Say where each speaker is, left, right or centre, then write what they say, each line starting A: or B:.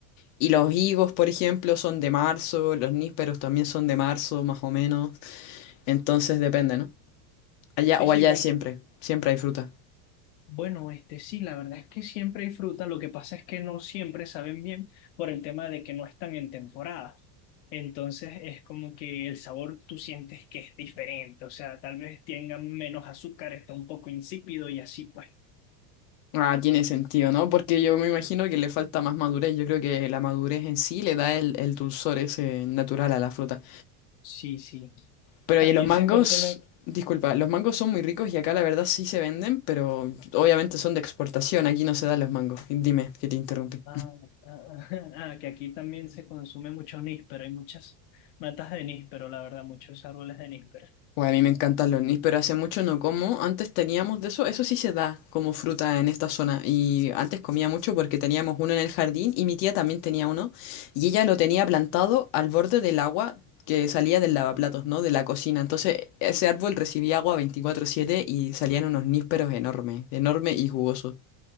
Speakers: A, on the left; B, on the left.
A: Y los higos, por ejemplo, son de marzo, los nísperos también son de marzo, más o menos, entonces depende, ¿no? Allá
B: sí,
A: o
B: sí,
A: allá
B: bueno,
A: siempre, siempre hay fruta.
B: bueno, este sí, la verdad es que siempre hay fruta, lo que pasa es que no siempre saben bien por el tema de que no están en temporada. Entonces es como que el sabor tú sientes que es diferente, o sea, tal vez tengan menos azúcar, está un poco insípido y así pues.
A: Ah, tiene sentido, ¿no? Porque yo me imagino que le falta más madurez. Yo creo que la madurez en sí le da el, el dulzor ese natural a la fruta.
B: Sí, sí.
A: Pero
B: También
A: oye, los mangos,
B: se consumen
A: disculpa, los mangos son muy ricos y acá la verdad sí se venden, pero obviamente son de exportación, aquí no se dan los mangos. Dime, que te interrumpí.
B: Ah, ah, ah, <laughs> ah, que aquí también se consume mucho níspero, hay muchas matas de níspero, la verdad, muchos árboles de níspero.
A: Bueno, a mí me encantan los nis, pero hace mucho no como. Antes teníamos de eso, eso sí se da como fruta en esta zona. Y antes comía mucho porque teníamos uno en el jardín y mi tía también tenía uno. Y ella lo tenía plantado al borde del agua que salía del lavaplatos, ¿no? De la cocina. Entonces ese árbol recibía agua 24/7 y salían unos nísperos enormes, enormes y jugosos.